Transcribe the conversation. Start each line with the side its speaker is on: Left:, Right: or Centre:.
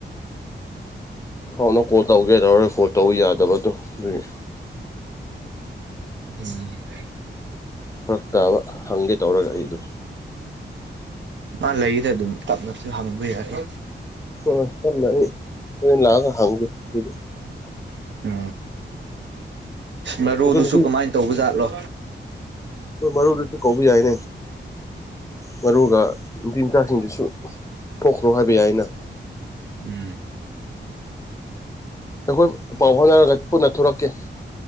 Left: ꯑꯃꯨꯛ ꯀꯣꯜ ꯇꯧꯒꯦ ꯇꯔꯥ ꯀꯣꯜ ꯇꯧꯕ ꯌꯥꯗꯕꯗꯣ ꯑꯗꯨꯒꯤ
Right: ꯎꯝ <inaudible>
Left: ꯐꯔꯛ ꯇꯥꯕ ꯍꯪꯒꯦ ꯇꯧꯔꯒ ꯑꯩꯗꯣ
Right: ꯃꯥ ꯂꯩꯗ ꯑꯗꯨꯝ ꯇꯞꯅꯁꯨ ꯍꯪꯕ ꯌꯥꯔꯦ
Left: ꯍꯣꯏ ꯇꯞꯅꯗꯤ ꯍꯣꯔꯦꯟ ꯂꯥꯛꯑꯒ ꯍꯥꯡꯒꯦ ꯑꯗꯨꯗꯤ
Right: ꯎꯝ ꯃꯔꯣꯗꯨꯁꯨ
Left: ꯑꯗꯨ ꯅꯨꯄꯤ
Right: ꯀꯃꯥꯏꯅ ꯇꯧꯕꯖꯥꯠꯂꯣ
Left: ꯍꯣꯏ ꯃꯔꯨꯗꯨꯁꯨ ꯀꯧꯕ ꯌꯥꯏꯅꯦ ꯃꯔꯨꯒ ꯅꯨꯄꯤꯃꯆꯥꯁꯤꯡꯗꯨꯁꯨ ꯊꯣꯛꯈ꯭ꯔꯣ ꯍꯥꯏꯕ ꯌꯥꯏꯅ
Right: ꯎꯝ
Left: ꯑꯩꯈꯣꯏ ꯄꯥꯎ ꯐꯥꯎꯠꯅꯔꯒ ꯄꯨꯟꯅ ꯊꯣꯛꯔꯛꯀꯦ